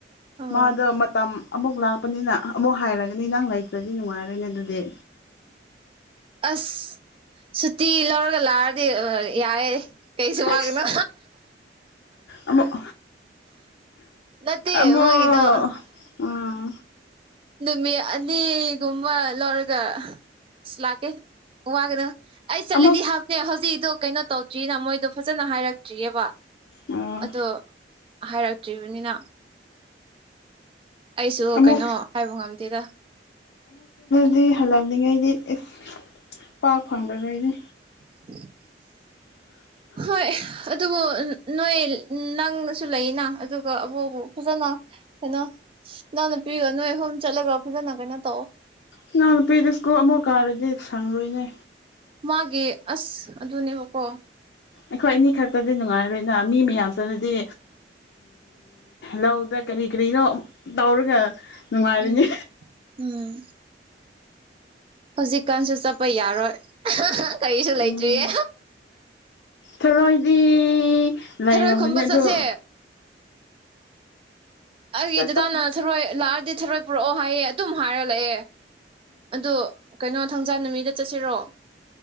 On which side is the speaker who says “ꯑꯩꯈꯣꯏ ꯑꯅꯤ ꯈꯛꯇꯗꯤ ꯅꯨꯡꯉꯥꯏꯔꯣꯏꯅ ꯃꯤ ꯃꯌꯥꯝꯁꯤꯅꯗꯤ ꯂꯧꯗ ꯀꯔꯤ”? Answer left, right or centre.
Left